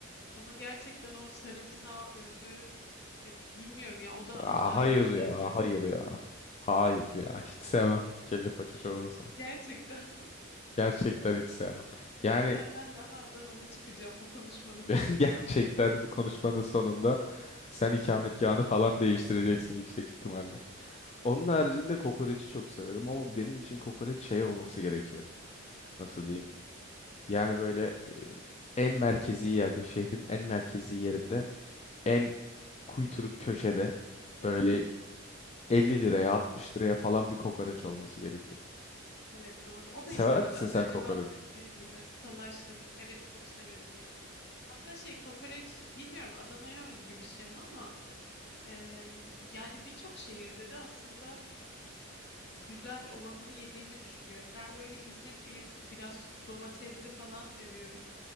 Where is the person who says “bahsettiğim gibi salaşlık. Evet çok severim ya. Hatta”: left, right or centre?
Left